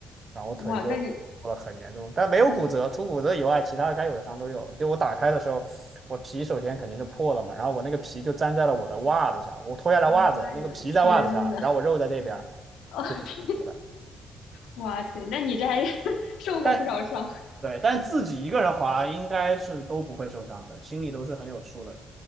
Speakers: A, on the right; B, on the left.
A: 然后我腿就受了很严重，
B: 哇，那你
A: 但没有骨折，除骨折以外，其他该有的伤都有了。就我打开的时候，我皮首先肯定是破了嘛，然后我那个皮就粘在了我的袜子上，我脱下来袜子，
B: 妈呀，
A: 那个皮在袜子上，
B: 天呐，
A: 然后我肉在这边
B: <laughs> 哦天，
A: 就挺恐怖的。
B: 哇塞，那你这还 <laughs> 受过不少伤，
A: 但对，但自己一个人滑应该是都不会受伤的，心里都是很有数的。